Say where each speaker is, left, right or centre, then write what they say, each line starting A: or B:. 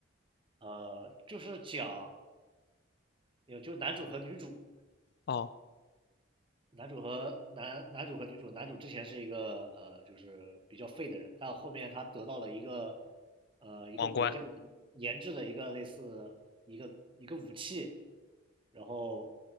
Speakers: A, on the right; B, on the left.
A: 呃，就是讲有就男主和女主，
B: 哦，
A: 男主和男男主和女主，男主之前是一个呃，就是比较废的人，但后面他得到了一个呃一个国家
B: 王冠，
A: 研制的一个类似一个一个武器，然后